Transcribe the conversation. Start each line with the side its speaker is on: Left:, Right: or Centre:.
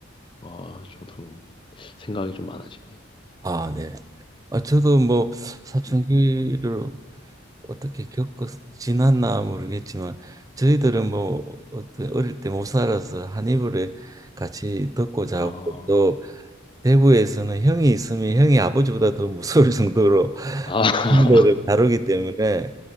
Left: 어, 저도 생각이 좀 많아지네요.
Right: 아, 네. 아, 저도 뭐 사춘기를
Left: 네.
Right: 어떻게 겪어 지났나 모르겠지만 저희들은 뭐 어떤 어릴 때 못 살아서 한 이불에 같이 덮고 자고
Left: 어,
Right: 또 대구에서는 형이 있으면 형이 아버지보다 더 무서울 정도로 <laughs>
Left: 아 <laughs>
Right: 형들을 다루기 때문에